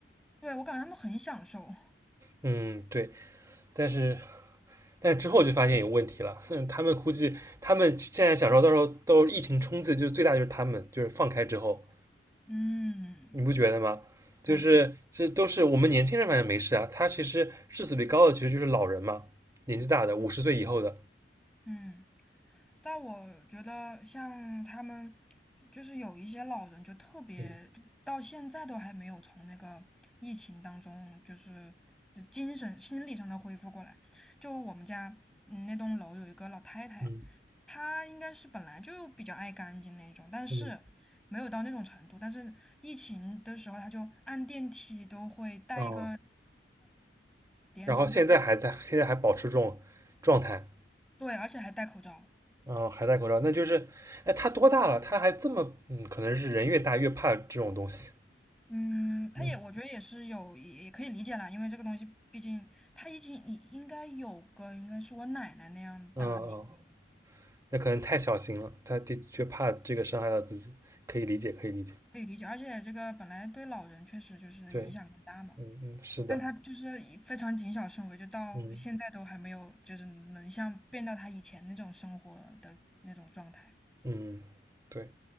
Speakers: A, in the centre; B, on the right.
A: 对，我感觉他们很享受，
B: 嗯，对，但是但是之后就发现有问题了。嗯，他们估计他们现在想说，到时候到时候疫情冲刺，就最大就是他们，就是放开之后，
A: 嗯，
B: 你不觉得吗？就是这都是我们年轻人，
A: 我觉得，
B: 反正没事啊。他其实致死率高的其实就是老人嘛，年纪大的，五十岁以后的。
A: 嗯。但我觉得像他们，就是有一些老人就特别，
B: 嗯
A: 就到现在都还没有从那个疫情当中，就是就精神心理上的恢复过来。就我们家嗯那栋楼有一个老太太，
B: 嗯
A: 她应该是本来就比较爱干净那种，但是没有到那种程度。
B: 嗯，
A: 但是疫情的时候，她就按电梯都会带一个，
B: 哦，然后现在还在，
A: 就
B: 现在还保持这种状态，
A: 对，而且还戴口罩。
B: 啊，还戴口罩，那就是，哎，他多大了？他还这么，嗯，可能是人越大越怕这种东西。
A: 嗯，他也，
B: 嗯
A: 我觉得也是有，也也可以理解啦，因为这个东西，毕竟他已经应应该有个，应该是我奶奶那样大年龄，
B: 嗯嗯，那可能太小心了，他的确怕这个伤害到自己，可以理解，可以理解。
A: 可以理解。而且这个本来对老人确实就是影响更大嘛，
B: 对，嗯嗯，是的，
A: 但他就是以非常谨小慎微，就到现在都还没有，
B: 嗯
A: 就是能像变到他以前那种生活的那种状态。
B: 嗯，对。